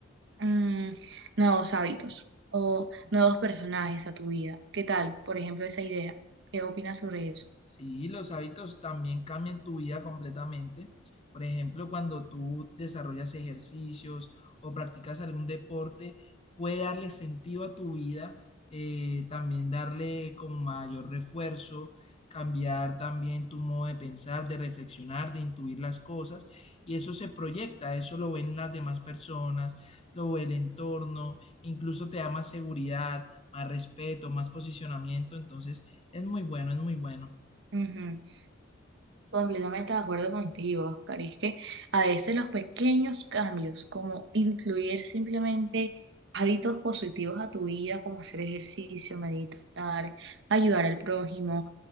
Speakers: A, on the right; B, on the left.
A: mm, nuevos hábitos o nuevos personajes a tu vida. ¿Qué tal? Por ejemplo, esa idea. ¿Qué opinas sobre eso?
B: Sí, los hábitos también cambian tu vida completamente. Por ejemplo, cuando tú desarrollas ejercicios o practicas algún deporte, puede darle sentido a tu vida, eh, también darle como mayor refuerzo, cambiar también tu modo de pensar, de reflexionar, de intuir las cosas. Y eso se proyecta, eso lo ven las demás personas, lo ve el entorno, incluso te da más seguridad, más respeto, más posicionamiento. Entonces, es muy bueno, es muy bueno.
A: Ujú. Completamente de acuerdo contigo, Oscar. Y es que a veces los pequeños cambios, como incluir simplemente hábitos positivos a tu vida, como hacer ejercicio, meditar, ayudar al prójimo,